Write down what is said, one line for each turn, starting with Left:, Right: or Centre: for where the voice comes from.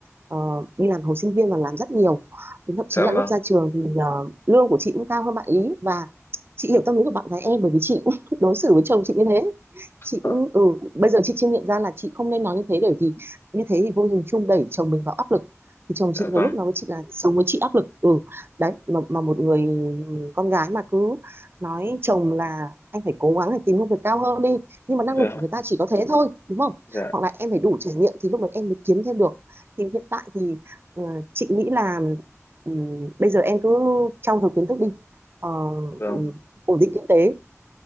Right: ờ, đi làm hồi sinh viên và làm rất nhiều Đến thậm chí
Left: dạ
Right: là lúc
Left: vâng
Right: ra trường thì ờ, lương của chị cũng cao hơn bạn ý và chị hiểu tâm lý của bạn gái em bởi vì chị cũng <laughs> đối xử với chồng chị như thế chị
Left: dạ
Right: cũng ừ bây giờ chị chiêm nghiệm ra là chị không nên nói như thế bởi vì như thế thì vô hình chung đẩy chồng mình vào áp lực thì chồng chị nhiều
Left: vâng
Right: lúc nói với chị là sống với chị áp lực ừ đấy mà mà một người con gái mà cứ nói chồng là anh phải cố gắng để tìm công việc cao hơn đi nhưng mà năng
Left: dạ
Right: lực của người ta chỉ có thế thôi đúng không
Left: dạ
Right: hoặc là em phải đủ trải nghiệm thì lúc đấy em mới kiếm thêm được thì hiện tại thì ờ, chị nghĩ là ừ, bây giờ em cứ trau dồi kiến thức đi Ờ,
Left: vâng
Right: ừ, ổn định kinh tế